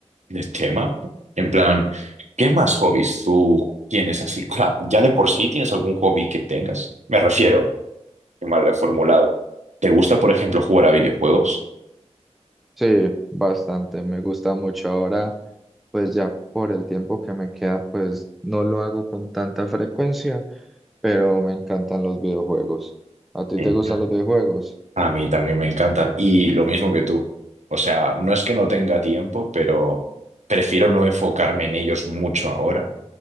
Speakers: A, on the right; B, in the centre.
A: ¿El tema? En plan, ¿qué más hobbies tú tienes así? Claro, ya de por sí tienes algún hobby que tengas. Me refiero, qué mal lo he formulado. ¿Te gusta, por ejemplo, jugar a videojuegos?
B: Sí, bastante, me gusta mucho ahora, pues ya por el tiempo que me queda, pues no lo hago con tanta frecuencia pero me encantan los videojuegos. ¿A ti
A: Sí.
B: te gustan los videojuegos?
A: A mí también me encantan. Y lo mismo que tú. O sea, no es que no tenga tiempo, pero prefiero no enfocarme en ellos mucho ahora.